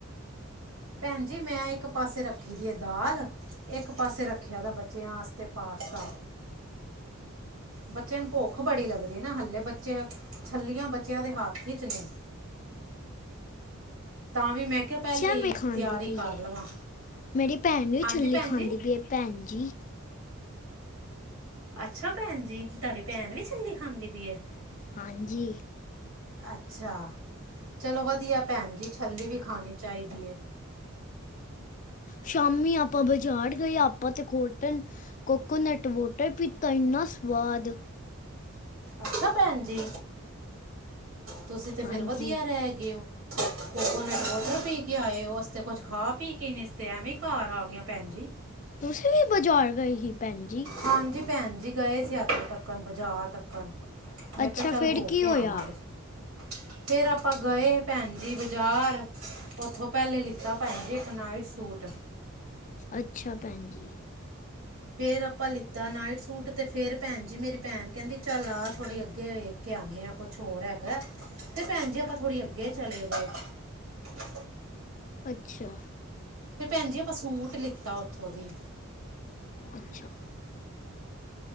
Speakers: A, on the right; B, on the left.
A: ਭੈਣ ਜੀ, ਮੈਂ ਇੱਕ ਪਾਸੇ ਰੱਖੀ ਦੀ ਹੈ ਦਾਲ ਇੱਕ ਪਾਸੇ ਰੱਖੇ, ਬੱਚਿਆਂਸਤੇ ਦਾ ਪਾਸਤਾ ਬੱਚਿਆਂ ਨੂੰ ਭੁੱਖ ਬੜੀ ਲੱਗਦੀ ਨਾ, ਹਲੇੇ ਬੱਚੇ, ਛੱਲੀਆਂ ਬੱਚਿਆਂ ਦੇ ਹੱਥ 'ਚ ਨੇ। ਤਾਂ ਵੀ ਮੈਂ ਕਿਹਾ,
B: ਅੱਛਾ
A: ਪਹਿਲੇ
B: ਮੈਂ
A: ਈ
B: ਖਾਂਦੀ
A: ਤਿਆਰੀ
B: ਪਈ
A: ਕਰ
B: ਏ
A: ਲਵਾਂ।
B: ਮੇਰੀ ਭੈਣ ਨੂੰ ਵੀ
A: ਹਾਂਜੀ
B: ਛਲੀ
A: ਭੈਣ
B: ਖਾਂਦੀ
A: ਜੀ
B: ਪਈ ਏ, ਭੈਣ ਜੀ।
A: ਅੱਛਾ ਭੈਣ ਜੀ, ਤੁਹਾਡੀ ਭੈਣ ਵੀ ਛੱਲੀ ਖਾਂਦੀ ਪਈ ਹੈ।
B: ਹਾਂਜੀ।
A: ਅੱਛਾ, ਚਲੋ ਵਧੀਆ ਭੈਣ ਜੀ, ਛੱਲੀ ਵੀ ਖਾਣੀ ਚਾਹੀਦੀ ਹੈ।
B: ਸ਼ਾਮੀ ਆਪਾਂ ਬਾਜ਼ਾਰ ਗਏ, ਆਪਾਂ ਤੇ ਕੋਟਨ ਕੋਕੋਨਟ ਵੋਟਰ ਪੀਤਾ, ਇੰਨਾ ਸਵਾਦ!
A: ਅੱਛਾ ਭੈਣ ਜੀ, ਤੁਸੀਂ ਤੇ
B: ਹਾਂਜੀ
A: ਫਿਰ ਵਧੀਆ ਰਹਿ ਗਏ ਹੋ। ਉਹਨੇ ਵੋਟਰ ਪੀ ਕੇ ਆਏ ਔ, ਅਸੀ ਤੇ ਕੁੱਛ ਖਾ ਪੀ ਕੇ ਨੀ, ਇਸਤੇ ਐਵੇਂ ਘਰ ਆ ਗਏ ਭੈਣ ਜੀ।
B: ਤੁਸੀਂ ਵੀ ਬਾਜ਼ਾਰ ਗਏ ਸੀ, ਭੈਣ ਜੀ?
A: ਹਾਂਜੀ ਭੈਣ ਜੀ, ਗਏ ਸੀ ਇੱਥੋਂ ਤੱਕਨ, ਬਾਜ਼ਾਰ ਤੱਕਣ। ਮੈਂ
B: ਅੱਛਾ
A: ਕਿਹਾ ਚੱਲ
B: ਫਿਰ
A: ਹੋ
B: ਕੀ
A: ਕੇ
B: ਹੋਇਆ
A: ਆਵਾਂ ਕੁਛ। ਫਿਰ ਆਪਾਂ ਗਏ ਭੈਣ ਜੀ ਬਾਜ਼ਾਰ ਉਥੋਂ ਪਹਿਲੇ ਲਿਖ ਲਿਤਾ ਭੈਣ ਜੀ ਇੱਕ ਨਾਈਟ ਸੂਟ।
B: ਅੱਛਾ ਭੈਣ ਜੀ।
A: ਫੇਰ ਆਪਾਂ ਲਿੱਤਾ ਨਾਈਟ ਸੂਟ ਤੇ ਫਿਰ ਭੈਣ ਜੀ ਮੇਰੀ ਭੈਣ ਕਹਿੰਦੀ ਚੱਲ ਆ ਥੋੜ੍ਹੇ ਅੱਗੇ ਹੋਏ। ਕੇ ਆਂਦੇ ਆ ਕੁਛ ਹੋਰ ਹੈਗਾ ਤੇ ਭੈਣ ਜੀ ਆਪਾਂ ਥੋੜ੍ਹੀ ਅੱਗੇ ਚਲੇ ਗਏ। <inaudible>
B: ਅੱਛਾ
A: ਫਿਰ ਭੈਣ ਜੀ ਆਪਾਂ ਸੂਟ ਲਿੱਤਾ ਉੱਥੋਂ ਦੀ।
B: ਅੱਛਾ